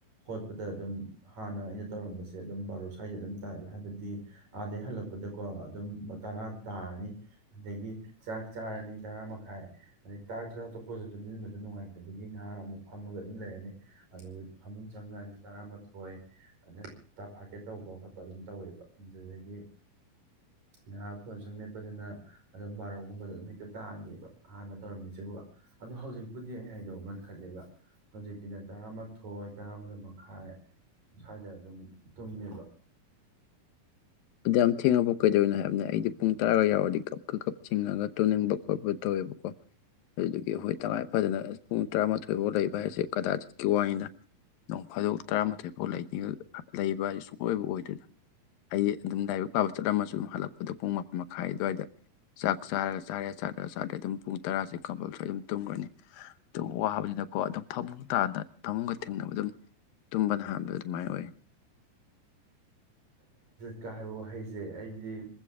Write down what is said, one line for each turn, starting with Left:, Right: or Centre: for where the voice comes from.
Right: ꯍꯣꯠꯄꯗ ꯑꯗꯨꯝ ꯍꯥꯟꯅ ꯑꯩꯅ ꯇꯧꯔꯝꯕꯁꯦ ꯑꯗꯨꯝ ꯕꯥꯔꯣ ꯁ꯭ꯋꯥꯏꯗ ꯑꯗꯨꯝ ꯇꯥꯏꯕ ꯍꯥꯏꯕꯗꯤ ꯑꯥꯗꯩ ꯍꯜꯂꯛꯄꯗꯀꯣ ꯑꯗꯨꯝ ꯇꯔꯥ ꯇꯥꯔꯅꯤ ꯑꯗꯒꯤ ꯆꯥꯛ ꯆꯥꯔꯅꯤ ꯇꯔꯥ ꯃꯈꯥꯏ ꯇ ꯆꯥꯛꯆꯥ ꯇꯣꯛꯄꯖꯨ ꯇꯨꯝꯖꯤꯟꯕꯗꯣ ꯅꯨꯡꯉꯥꯏꯇꯦ꯫ ꯑꯗꯨꯗꯒꯤ ꯉꯍꯥꯛ ꯑꯃꯨꯛ ꯐꯝꯃꯒ ꯑꯗꯨꯝ ꯂꯩꯔꯅꯤ ꯑꯗꯨꯒ ꯐꯃꯨꯡ ꯆꯪꯀꯥꯟꯗ ꯇꯔꯥꯃꯥꯊꯣꯏ ꯑꯗꯨ ꯇꯥꯐꯥꯠꯀꯦ ꯇꯧꯕ ꯈꯣꯠꯄ ꯑꯗꯨꯝ ꯇꯧꯋꯦꯕ ꯑꯗꯨꯗꯒꯤ ꯉꯍꯥꯛ ꯐꯣꯟ ꯁꯨꯝ ꯃꯦꯠꯄꯗꯨꯅ ꯑꯗꯨꯝ ꯕꯥꯔꯣꯒꯨꯝꯕꯗ ꯑꯗꯨꯝ ꯍꯦꯛꯇ ꯇꯥꯒꯤꯕ ꯍꯥꯟꯅ ꯇꯧꯔꯝꯃꯤꯁꯤꯕꯨꯕ ꯑꯗꯣ ꯍꯧꯖꯤꯛꯄꯨꯗꯤ ꯑꯩ ꯍꯥꯏ ꯌꯧ ꯉꯟꯈꯠꯂꯦꯕ ꯍꯧꯖꯤꯛꯇꯤꯅ ꯇꯔꯥꯃꯥꯊꯣꯏ ꯇꯔꯥꯃꯊꯣꯏ ꯃꯈꯥꯏ ꯁ꯭ꯋꯥꯏꯗ ꯑꯗꯨꯝ ꯇꯨꯝꯃꯦꯕ꯫
Left: ꯑꯗꯨꯌꯥꯝ ꯊꯦꯡꯉꯕꯥꯎ ꯀꯩꯗꯧꯔꯤꯅꯣ ꯍꯥꯏꯕꯅꯤ ꯑꯩꯗꯤ ꯄꯨꯡ ꯇꯔꯥꯋꯥꯏ ꯌꯥꯎꯔꯗꯤ ꯀꯞ ꯈꯞ ꯈꯞ ꯆꯤꯡꯉꯒ ꯇꯨꯅꯤꯡꯕ ꯈꯣꯠꯄ ꯇꯧꯋꯦꯕꯀꯣ ꯑꯗꯨꯗꯨꯒꯤ ꯑꯩꯈꯣꯏ ꯇꯉꯥꯏ ꯐꯗꯅ ꯄꯨꯡ ꯇꯔꯥꯃꯥꯊꯣꯏꯐꯥꯎ ꯂꯩꯕ ꯍꯥꯏꯖꯦ ꯀꯗꯥ ꯖꯤꯠꯀꯤ ꯋꯥꯅꯤꯗ ꯅꯣꯡ ꯐꯥꯗꯣꯛ ꯇꯔꯥꯃꯥꯊꯣꯏꯐꯥꯎ ꯂꯩ ꯂꯩꯕ ꯍꯥꯏꯖꯦ ꯁꯨꯛꯑꯣꯏꯕꯨ ꯑꯣꯏꯗꯦꯗ ꯑꯩ ꯑꯗꯨꯝ ꯂꯥꯏꯔꯤꯛ ꯄꯥꯕ ꯆꯠꯂꯝꯃꯁꯨ ꯑꯗꯨꯝ ꯍꯜꯂꯛꯄꯗ ꯄꯨꯡ ꯃꯥꯄꯟ ꯃꯈꯥꯏ ꯑꯗꯨꯋꯥꯏꯗ ꯆꯥꯛ ꯆꯥꯔꯒ ꯆꯥꯔꯦ ꯆꯥꯗꯒ ꯆꯥꯗꯔꯦ ꯑꯗꯨꯝ ꯄꯨꯡ ꯇꯔꯥꯁꯦ ꯀꯝꯄꯜꯁꯔꯤ ꯑꯗꯨꯝ ꯇꯨꯝꯒ꯭ꯔꯅꯤ꯫ ꯑꯗꯨ ꯋꯥꯕꯅꯤꯅꯀꯣ ꯑꯗꯨꯝ ꯐꯃꯨꯡ ꯇꯥꯕꯗ ꯐꯃꯨꯡꯒ ꯊꯦꯡꯅꯕꯗ ꯑꯗꯨꯝ ꯇꯨꯝꯕꯅ ꯍꯥꯟꯕꯗꯣ ꯑꯗꯨꯃꯥꯏꯅ ꯑꯣꯏ꯫
Right: ꯀ ꯍꯥꯏꯕ ꯋꯥꯍꯩꯖꯦ ꯑꯩꯗꯤ